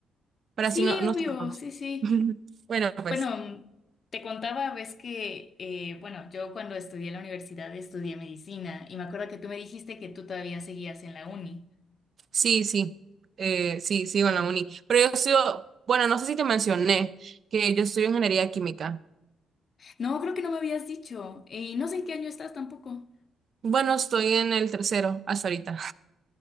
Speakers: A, on the right; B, on the left.
A: para
B: Sí,
A: así no, nos
B: obvio,
A: estarnos.
B: sí, sí.
A: <laughs> Bueno, pues
B: Bueno, mm, te contaba, ves que, eh, bueno, yo cuando estudié en la universidad estudié medicina y me acuerdo que tú me dijiste que tú todavía seguías en la uni.
A: sí, sí, eh, sí, sigo en la uni, pero yo sigo, bueno, no sé si te mencioné que yo estudio ingeniería química.
B: No, creo que no me habías dicho y no sé en qué año estás tampoco.
A: Bueno, estoy en el tercero hasta ahorita.